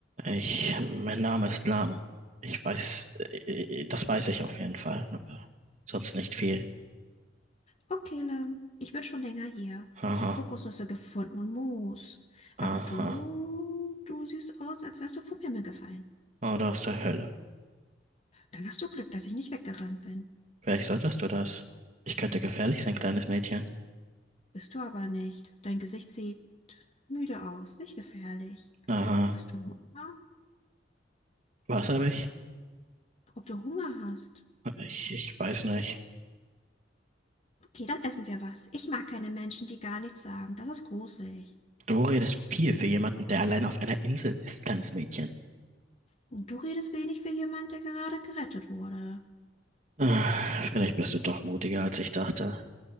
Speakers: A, on the right; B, on the left.
A: Ich, mein Name ist Lam. Ich weiß, äh, äh, das weiß ich auf jeden Fall, aber sonst nicht viel.
B: Okay, Lam, ich bin schon länger hier.
A: Aha,
B: Ich habe Kokosnüsse gefunden und Moos. Aber
A: aha.
B: du, du siehst aus, als wärst du vom Himmel gefallen.
A: Oder aus der Hölle.
B: Dann hast du Glück, dass ich nicht weggerannt bin.
A: Vielleicht solltest du das. Ich könnte gefährlich sein, kleines Mädchen.
B: Bist du aber nicht. Dein Gesicht sieht müde aus, nicht gefährlich.
A: Aha.
B: Hast du Hunger?
A: Was habe ich?
B: Ob du Hunger hast?
A: Ich, ich weiß nicht.
B: Okay, dann essen wir was. Ich mag keine Menschen, die gar nichts sagen. Das ist gruselig.
A: Du redest viel für jemanden, der allein auf einer Insel ist, kleines Mädchen.
B: Und du redest wenig für jemand, der gerade gerettet wurde.
A: Ah, Vielleicht bist du doch mutiger, als ich dachte.